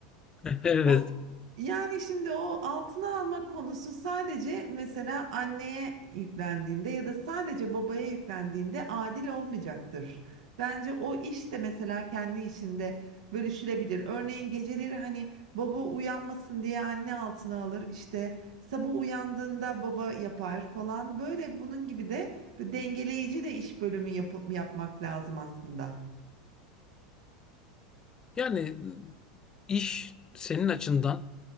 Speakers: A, on the left (about 20°); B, on the right (about 80°).
A: <laughs> Evet.
B: O, yani şimdi o altına almak konusu sadece mesela anneye yüklendiğinde ya da sadece babaya yüklendiğinde adil olmayacaktır. Bence o iş de mesela kendi işinde bölüşülebilir. Örneğin geceleri hani baba uyanmasın diye anne altına alır, işte sabah uyandığında baba yapar falan. Böyle bunun gibi de bir dengeleyici de iş bölümü yapı- yapmak lazım aslında.
A: Yani iş senin açından